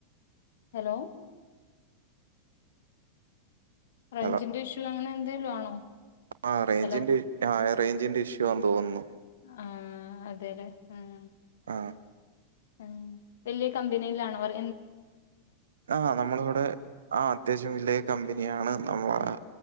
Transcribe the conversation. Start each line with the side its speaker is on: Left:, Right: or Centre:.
Left: ഹലോ റെയ്ഞ്ചിന്റെ
Right: ഹലോ
Left: ഇഷ്യൂ അങ്ങനെ എന്തലും ആണോ
Right: ആ റേഞ്ചിന്റെ
Left: ഹലോ
Right: ആ റേഞ്ചിന്റെ ഇഷ്യൂ <inaudible> ക്കുവാൻ തോന്നുന്നു
Left: ആഹ അതെല്ലേ ഉം
Right: ആ
Left: ഉം വല്യ കമ്പനിയിലാണോ അവർ
Right: ആ നമ്മളിവിടെ ആ അത്യാവശ്യം വലിയ കമ്പനിയാണ് നമ്മള്